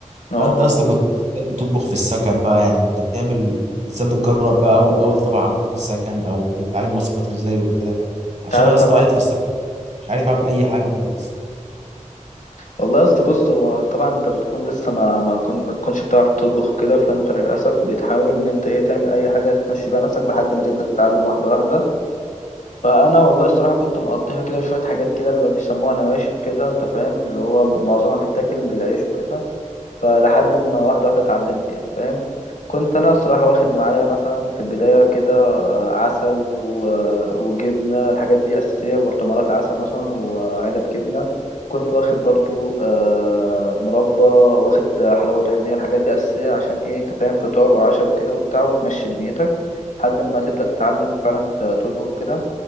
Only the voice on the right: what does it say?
فانت اصلا كنت ازاي بتطبخ في السكن بقى يعني كنت بتعمل ازاي بتجرب بقى اول اول طبق عملته في السكن او كنت بتتعلم وصفات ازاي وكده
عشان
انا يا
اسطى قاعد في السكن مش عارف اعمل اي حاجه خالص